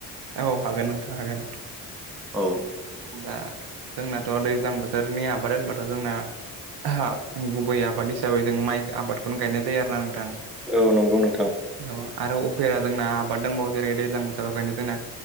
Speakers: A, on the right; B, in the centre.
A: औ हागोन नोंथां हागोन
B: औ
A: दा जोंनाथ' दैज्लां बोथोरनि आबाद होनबाथ जोंना हा गुबै आबाद हिसाबै जों माइ आबादखौनो गायनाय जायो आरो ना नोंथां।
B: औ नंगौ नोंथां
A: औ आरो उफेरा जोंना आबाद दंबावो जेरै दैज्लां बोथोराव खायनो जोंना